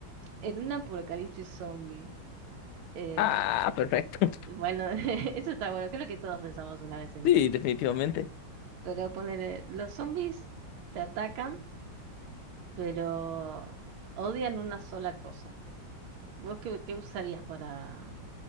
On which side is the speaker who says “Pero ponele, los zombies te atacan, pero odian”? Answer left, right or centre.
Right